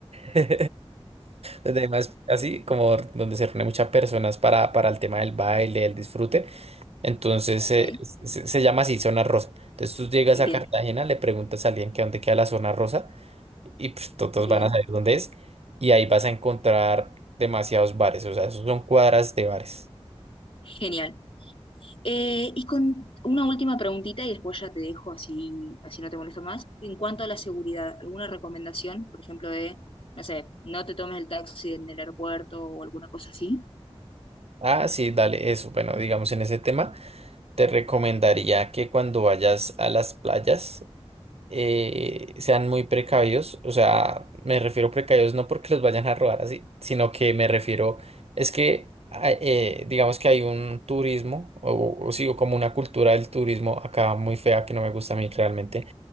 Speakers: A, on the right; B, on the left.
A: <laughs> Donde hay más así como donde se reúnen muchas personas para, para el tema del baile, el disfrute. Entonces
B: Ok.
A: eh, se, se llama así zona rosa. Entonces tú llegas
B: Bien,
A: a Cartagena, le preguntas a alguien que dónde queda la zona rosa y pues todos
B: bien.
A: van a saber dónde es y ahí vas a encontrar demasiados bares, o sea, esos son cuadras de bares.
B: Genial. Eh, y con una última preguntita y después ya te dejo así, así no te molesto más. En cuanto a la seguridad, ¿alguna recomendación? Por ejemplo, de, no sé, no te tomes el taxi en el aeropuerto o alguna cosa así.
A: Ah, sí, dale, eso. Bueno, digamos en ese tema, te recomendaría que cuando vayas a las playas eh, sean muy precavidos, o sea, me refiero precavidos no porque los vayan a robar así, sino que me refiero, es que ah, eh, digamos que hay un turismo, o, o sí, o como una cultura del turismo acá muy fea que no me gusta a mí realmente,